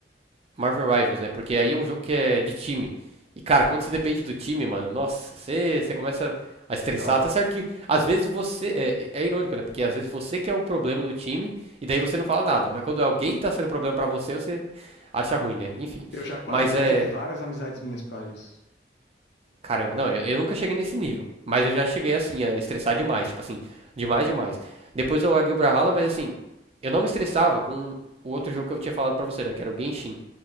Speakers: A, on the right; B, on the left.
A: Marvel Rivals, né? Porque aí é um jogo que é de time. E, cara, quando você depende do time, mano, nossa, você, você começa a estressar.
B: Então,
A: Tá certo que às vezes você. É, é é irônico, né? Porque às vezes você que é o problema no time, e daí você não fala nada. Mas quando alguém tá sendo problema pra você, você acha ruim, né? Enfim.
B: eu já quase
A: Mas
B: perdi
A: é.
B: várias amizades minhas por causa disso.
A: Caramba, não, eu, eu nunca cheguei nesse nível. Mas eu já cheguei, assim, a estressar demais. Tipo assim, demais, demais. Depois eu larguei o Brawlhalla, mas assim, eu não me estressava com o outro jogo que eu tinha falado pra você, né? Que era o Genshin.